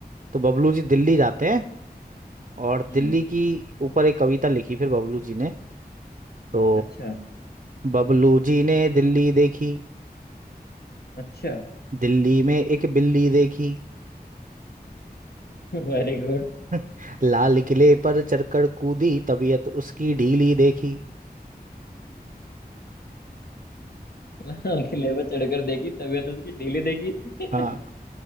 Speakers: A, on the right (about 45°); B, on the left (about 70°).
A: तो बबलू जी दिल्ली जाते हैं और
B: हम्म
A: दिल्ली की ऊपर एक कविता लिखी फिर बबलू जी ने तो
B: अच्छा
A: बबलू जी ने दिल्ली देखी
B: अच्छा
A: दिल्ली में एक बिल्ली देखी
B: <laughs> Very good
A: <laughs> लाल किले पर चढ़कर कूदी तबीयत उसकी ढीली देखी
B: लाल किले पर चढ़कर देखी तबीयत उसकी ढीली देखी
A: हाँ
B: <laughs>